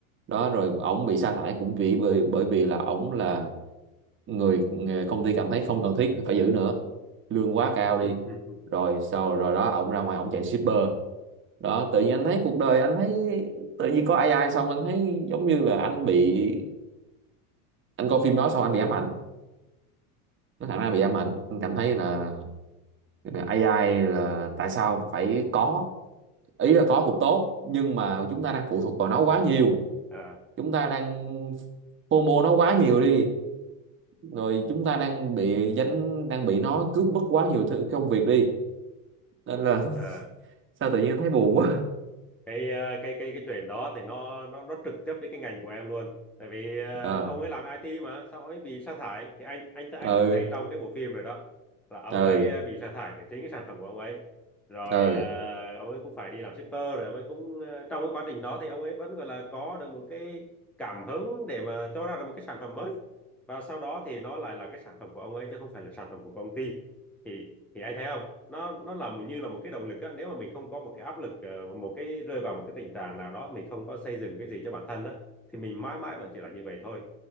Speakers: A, on the right (about 25°); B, in the centre.
A: đó rồi ổng bị sa thải cũng vì bởi bởi vì là ổng là người công ty cảm thấy không cần thiết phải giữ nữa lương quá cao đi
B: <laughs>
A: rồi sau rồi đó ổng ra ngoài ổng chạy shipper đó tự nhiên anh thấy cuộc đời anh thấy tự nhiên có AI xong anh thấy giống như là anh bị anh coi phim đó xong anh bị ám ảnh nó thẳng ra bị ám ảnh anh cảm thấy là AI là tại sao phải có ý là có cũng tốt nhưng mà chúng ta đang phụ thuộc vào nó quá nhiều
B: à,
A: chúng ta đang FOMO nó quá nhiều đi rồi chúng ta đang bị dính đang bị nó cướp mất quá nhiều thứ công việc đi nên là <laughs>
B: à.
A: sao tự nhiên thấy buồn quá
B: cái ờ, cái cái cái chuyện đó thì nó nó nó trực tiếp đến cái ngành của em luôn tại vì ờ,
A: <laughs> ờ
B: ông ấy làm IT mà sao ông ấy bị sa thải thì anh anh anh
A: ừ
B: cũng thấy trong cái bộ phim rồi đó là ông
A: ừ
B: ấy ờ, bị sa thải về chính cái sản phẩm của ông ấy rồi
A: ừ
B: ờ, ông ấy cũng phải đi làm shipper rồi ông ấy cũng ờ, trong cái quá trình đó thì ông ấy vẫn gọi là có được một cái cảm hứng để mà cho ra được một cái sản phẩm mới và sau đó thì nó lại là cái sản phẩm của ông ấy chứ không phải là sản phẩm của công ty thì thì anh thấy không nó nó là một- như là một cái động lực á nếu mà mình không có một cái áp lực ờ, một cái rơi vào một cái tình trạng nào đó mình không có xây dựng cái gì cho bản thân á thì mình mãi mãi vẫn chỉ là như vậy thôi